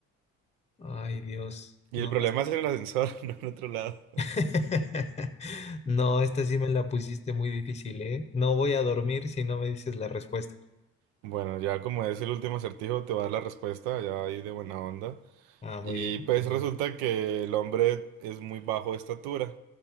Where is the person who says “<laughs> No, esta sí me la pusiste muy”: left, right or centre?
Left